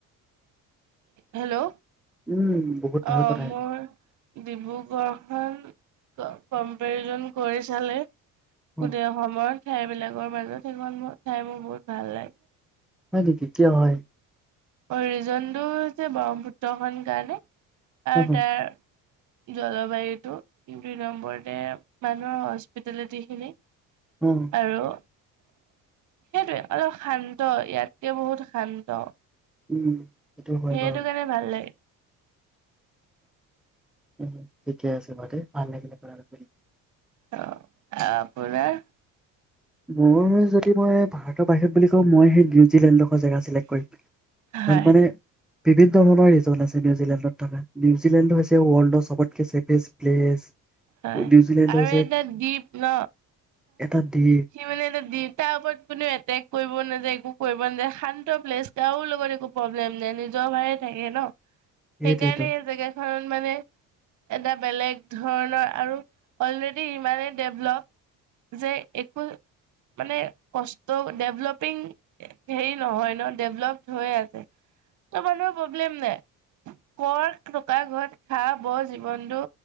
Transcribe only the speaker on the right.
হেল্ল'।
অ
মোৰ
ডিব্ৰুগড় কাৰণ কম্পেৰিজন কৰি চালে গোটেই
অসমত ঠাই বিলাকৰ মাজত সেইখন মোৰ ঠাই মোৰ বহুত ভাল লাগে।
অ ৰিজনটো হৈছে ব্ৰহ্মপুত্ৰ খন কাৰণে আৰু
তাৰ জলবায়ুটো দুই নম্বৰতে মানুহৰ হস্পিটেলিতিখিনি।
আৰু সেইটোৱে অলপ শান্ত ইয়াতকে বহুত শান্ত।
সেইটো
কাৰণে ভাল লাগে।
অ আপোনাৰ
হয়
হয়
আৰু
এটা দীপ ন।
মানে এটা দিপ তাৰ ওপৰত কোনেও এটেক কৰিব নাযায় একো কৰিব নাযায় শান্ত প্লেচ কাৰোৰ লগত একো প্ৰব্লেম নাই নিজৰ ভাগে থাকে ন।
সেইকাৰণে এই জেগা কাৰণ মানে এটা বেলেগ ধৰণৰ আৰু অলৰেডি ইমানেই ডেভলপ যে, একো মানে কষ্ট ডেভলপিং হেৰি নহয় ন ডেভলপ হৈ আছে। ত' মানুহৰ প্ৰব্লেম নাই কৰ টকা ঘৰত খা ব জীৱনটো